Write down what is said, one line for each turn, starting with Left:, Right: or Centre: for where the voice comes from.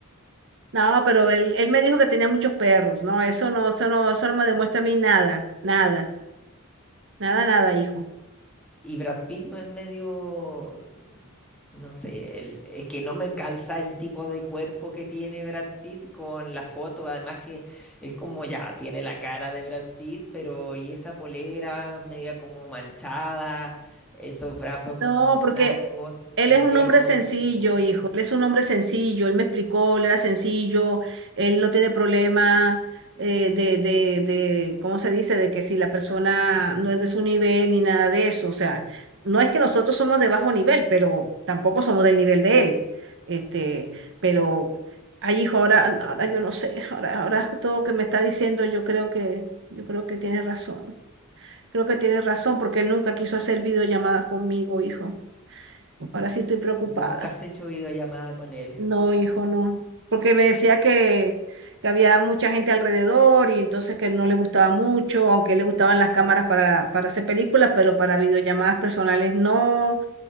Right: No, pero él, él me dijo que tenía muchos perros. No, eso no, eso no, eso no me demuestra a mí nada, nada, nada, nada, hijo.
Centre: Y Brad Pitt no es medio, no sé, el- es que no me calza el tipo de cuerpo que tiene Brad Pitt con la foto. Además que es como ya, tiene la cara de Brad Pitt, pero y esa polera media como manchada, esos brazos como
Right: No,
Centre: flacos,
Right: porque él
Centre: el
Right: es un
Centre: perro
Right: hombre sencillo,
Centre: de fondo.
Right: hijo. Él es un hombre sencillo. Él me explicó, él era sencillo. Él no tiene problema eh, de, de, de, ¿cómo se dice? De que si la persona no es de su nivel ni nada de eso. O sea, no es que nosotros somos de bajo nivel, pero tampoco somos del nivel de él. Este, pero, ay, hijo, ahora, ahora yo no sé. Ahora, ahora todo que me está diciendo, yo creo que, yo creo que tiene razón. Creo que tiene razón porque él nunca quiso hacer videollamada conmigo, hijo. Ahora sí estoy preocupada.
Centre: Nunca has hecho videollamada con él.
Right: No, hijo, no. Porque me decía que, que había mucha gente alrededor y entonces que no le gustaba mucho, aunque le gustaban las cámaras para, para hacer películas, pero para videollamadas personales no.